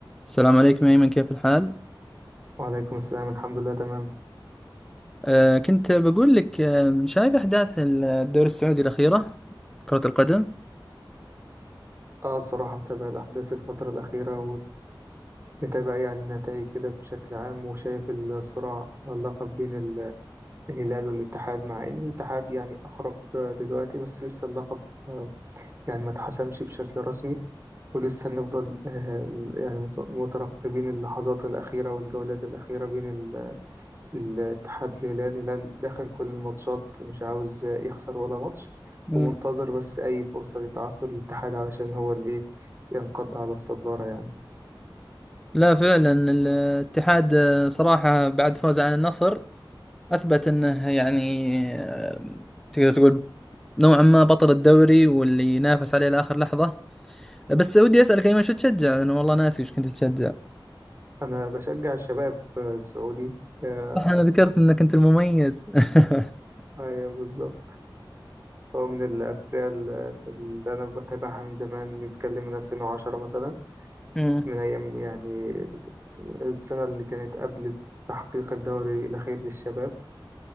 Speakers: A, in the centre; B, on the right.
A: السلام عليكم أيمن كيف الحال؟
B: وعليكم السلام الحمد لله تمام
A: آه كنت بقول لك آه شايف أحداث الدوري السعودي الأخيرة كرة القدم؟
B: اه الصراحة متابع الأحداث الفترة الأخيرة ومتابع يعني النتائج كده بشكل عام وشايف الصراع على اللقب بين ال- الهلال والاتحاد مع إن الاتحاد يعني أقرب آه، دلوقتي بس لسه اللقب آه، يعني ما اتحسمش بشكل رسمي ولسه نفضل آه، يعني مت- مترقبين اللحظات الأخيرة والجولات الأخيرة بين ال- الاتحاد والهلال الهلال داخل كل الماتشات مش عاوز آه، يخسر ولا ماتش
A: مم.
B: ومنتظر بس أي فرصة لتعثر الاتحاد علشان هو اللي ينقض على الصدارة يعني
A: لا فعلا الاتحاد آه، صراحة بعد فوزه عن النصر أثبت أنه يعني آه، تقدر تقول نوعا ما بطل الدوري واللي ينافس عليه لآخر لحظة بس ودي أسألك أيمن شو تشجع؟ أنا والله ناسي وش كنت تشجع
B: أنا بشجع الشباب السعودي آه،
A: صح أنا ذكرت أنك أنت المميز <laughs>
B: أيوة بالظبط هو من الأفرقة اللي اللي أنا بتابعها من زمان بنتكلم من 2010 مثلا
A: مم.
B: من أيام يعني السنة اللي كانت قبل تحقيق الدوري الأخير للشباب